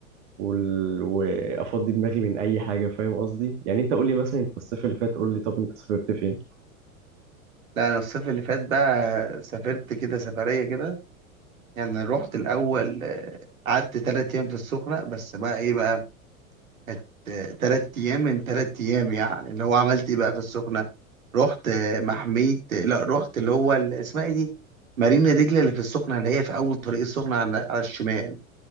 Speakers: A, on the right; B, on the right.
A: وال... وافضي دماغي من اي حاجه فاهم قصدي يعني انت قول لي مثلا انت الصيف اللي فات قول لي طب انت سافرت فين
B: لا انا الصيف اللي فات بقى سافرت كده سفريه كده يعني رحت الاول آه، قعدت ثلاث ايام في السخنه بس بقى ايه بقى كانت آه، تلات أيام من تلات أيام يعني اللي هو عملت إيه بقى في السخنة رحت آه، محمية لا رحت اللي هو ال- اسمها إيه دي مارينا دجلة اللي في السخنة اللي هي في أول طريق السخنة على على الشمال